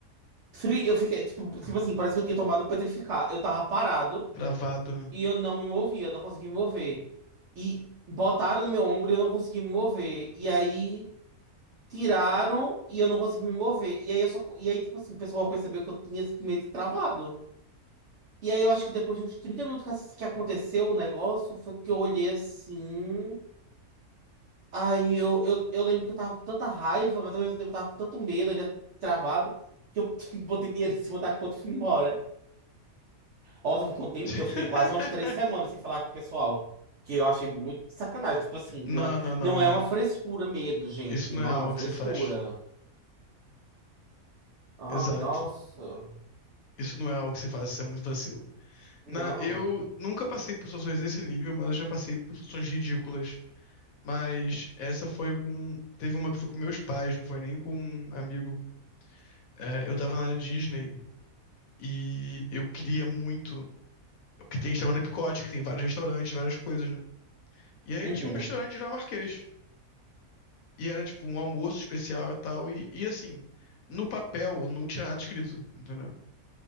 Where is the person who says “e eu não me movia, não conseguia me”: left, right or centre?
Right